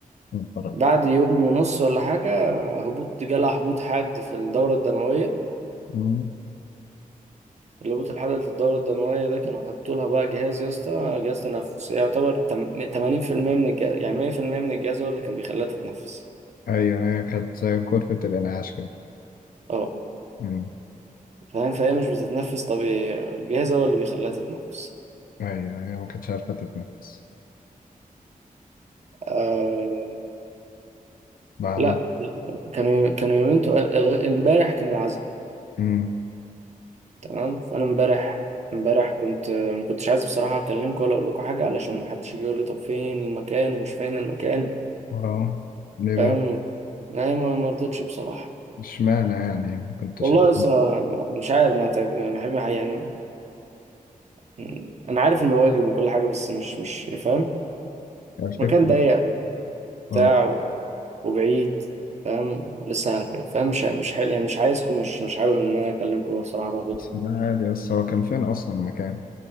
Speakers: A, on the left (about 75°); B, on the right (about 50°).
A: مفرج.
B: بعد يوم ونص ولا حاجة هبوط جالها هبوط حاد في الدورة الدموية
A: مم.
B: اللبوت الحبل في الدورة الدموية ده كانوا حطوا لها بقى جهاز يا اسطى جهاز تنفس يعتبر تم- 80% من الجهاز يعني 100% من الجهاز هو اللي كان بيخليها تتنفس
A: ايوه هي كانت زي غرفه الانعاش كده
B: اه
A: مم.
B: فاهم فهي مش بتتنفس طبيعي الجهاز هو اللي بيخليها تتنفس
A: ايوه هي ما كانتش عارفه تتنفس
B: آه
A: بعدين
B: لا كانوا كانوا يومينتو امبارح كان العزاء
A: مم.
B: تمام فانا امبارح امبارح كنت ما كنتش عايز بصراحة اكلمكم ولا اقول لكم حاجة علشان ما حدش يجي يقول لي طب فين المكان ومش فين المكان
A: اه ليه
B: فاهم
A: بقى
B: لا ما مرضتش بصراحة
A: اشمعنى يعني ما كنتش
B: والله
A: عارف
B: لسه مش عارف ما تعب يعني بحب يعني م- انا عارف انه واجب وكل حاجه بس مش مش فاهم
A: الفكره
B: مكان ضيق وبتاع
A: اه
B: و- وبعيد فاهم لسه فاهم مش مش حل... يعني مش عايزكم مش مش حابب ان انا اكلمكم بصراحه بهدلكم
A: بس ده عادي بس هو كان فين اصلا مكان